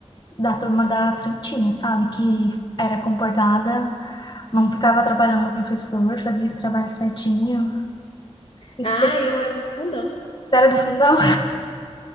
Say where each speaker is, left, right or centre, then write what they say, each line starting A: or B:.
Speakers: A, on the left; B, on the left.
A: da turma da frentinha, sabe? Que era comportada, não ficava atrapalhando o professor, fazia os trabalhos certinho. Isso,
B: Ah,
A: aí,
B: eu era do fundão.
A: isso era do fundão?